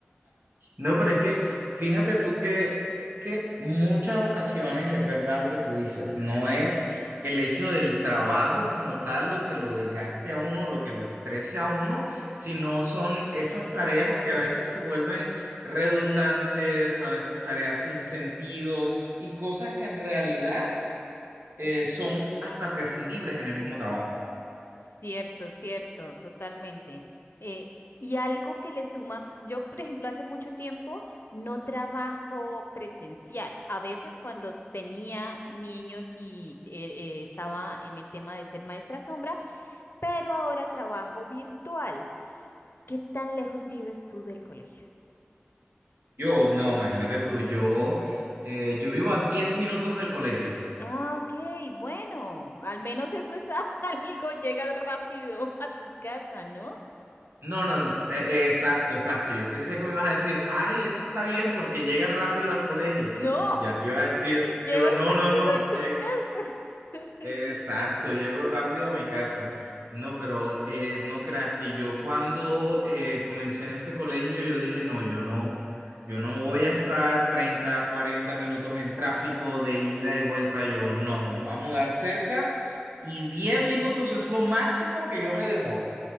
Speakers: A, on the right; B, on the left.
A: No, pero es que fíjate tú que, que muchas ocasiones es verdad lo que tú dices, no es el hecho del trabajo como tal lo que lo desgaste a uno, lo que lo estrese a uno, sino son esas tareas que a veces se vuelven redundantes, a veces tareas sin sentido y cosas que en realidad eh,
B: Ujú.
A: son hasta prescindibles en el mismo trabajo.
B: Cierto, cierto, totalmente. Eh, y algo que le suma, yo por ejemplo hace mucho tiempo no trabajo presencial. A veces cuando tenía niños y eh, eh, estaba en el tema de ser maestra sombra, pero ahora trabajo virtual. ¿Qué tan lejos vives tú del colegio?
A: Yo, no, imagínate tú, yo, eh, yo vivo a 10 minutos del colegio.
B: Ah, ok, bueno, al menos eso es <laughs> algo, llegas rápido a tu casa, ¿no?
A: No, no, n- e- exacto, exacto. Yo pensé que me ibas a decir, ay, eso está bien porque llega rápido al colegio.
B: No,
A: Ya te iba a decir,
B: <laughs> llevas
A: yo, no,
B: rápido
A: no, no,
B: a tu
A: lle-
B: casa.
A: exacto,
B: <laughs>
A: llego rápido a mi casa. No, pero eh, no creas que yo cuando eh, comencé en este colegio, yo dije, no, yo no, yo no voy a estar 30, 40 minutos en tráfico de ida y vuelta. Yo, no, me voy a mudar cerca y 10 minutos es lo máximo que yo me demoro.